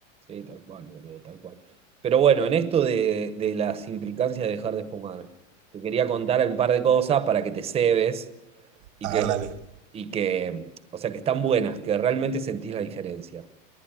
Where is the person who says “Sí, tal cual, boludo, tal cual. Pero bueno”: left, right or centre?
Right